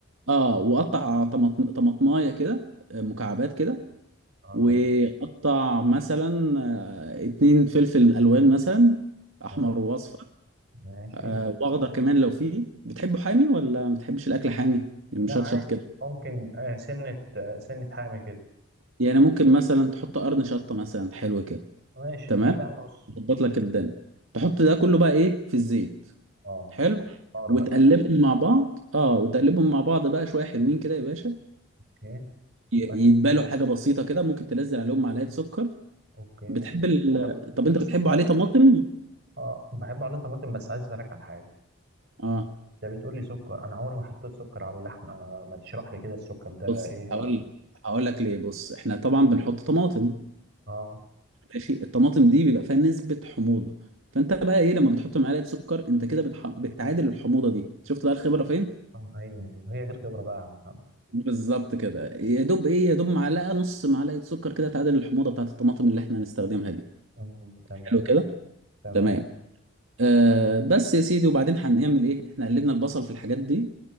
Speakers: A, on the right; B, on the right.
A: اه واقطع طماطم طماطمايه كده آه، مكعبات كده
B: اه
A: واقطع
B: تمام
A: مثلا آه، اتنين فلفل الوان مثلا احمر
B: تمام
A: واصفر
B: ماشي
A: آه، واخضر كمان لو فيه بتحبه حامي ولا ما بتحبش الاكل حامي يعني
B: لا
A: مشطشط
B: عادي
A: كده
B: ممكن آه سنة آه سنة حامي كده
A: يعني ممكن مثلا تحط قرن شطه مثلا حلو كده
B: ماشي
A: تمام
B: خليها نص
A: تظبط لك الدنيا تحط ده كله بقى ايه في الزيت
B: اه
A: حلو
B: خيار
A: وتقلبهم
B: بقى
A: مع بعض اه وتقلبهم مع بعض بقى شويه حلوين كده يا باشا
B: اوكي
A: ي-
B: بس
A: يتبالوا حاجه بسيطه كده ممكن تنزل عليهم معلقه سكر
B: اوكي
A: بتحب
B: ماشي
A: ال...
B: طب
A: طب انت
B: السكر
A: بتحبه عليه طماطم
B: اه بحب عليه طماطم بس عايز اسالك على حاجه
A: اه
B: انت بتقول لي سكر انا عمري ما حطيت سكر على اللحمه ما تشرح لي كده السكر ده
A: بص
B: ايه
A: هقول
B: ده؟
A: لك هقول لك ليه بص احنا طبعا بنحط طماطم
B: اه
A: ماشي الطماطم دي بيبقى فيها نسبه حموضه فانت بقى ايه لما بتحط معلقه سكر انت كده بتح... بتعادل الحموضه دي شفت بقى الخبره فين
B: آه، ايوه ايوه هي دي الخبره بقى يا عم محمد
A: بالظبط كده يا دوب ايه يا دوب معلقه نص معلقه سكر كده تعادل الحموضه بتاعت الطماطم اللي احنا هنستخدمها دي
B: آه، تمام
A: حلو كده
B: تمام
A: تمام آه بس يا سيدي وبعدين هنعمل ايه احنا قلبنا البصل في الحاجات دي